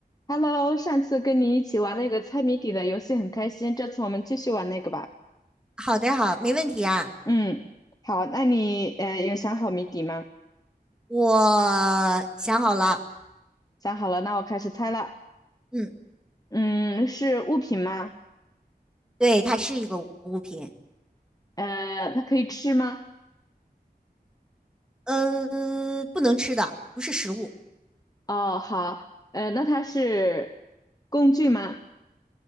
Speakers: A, on the left (about 20°); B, in the centre.
A: Hello，上次跟你一起玩那个猜谜底的游戏很开心，这次我们继续玩那个吧。
B: 好的，好，没问题啊。
A: 嗯，好，那你呃有想好谜底吗？
B: 我想好了，
A: 想好了，那我开始猜了。
B: 嗯，
A: 嗯，是物品吗？
B: 对，它是一个物品，
A: 呃，它可以吃吗？
B: 呃，不能吃的，不是食物，
A: 哦，好，呃，那它是工具吗？